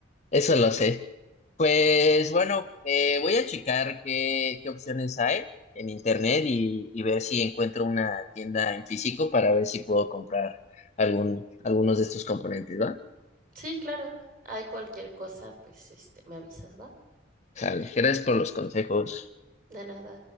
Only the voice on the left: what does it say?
eso lo sé. Pues bueno, eh, voy a checar qué, qué opciones hay en internet y, y ver si encuentro una tienda en físico para ver si puedo comprar algún, algunos de estos componentes, ¿va?
Sale, gracias por los consejos.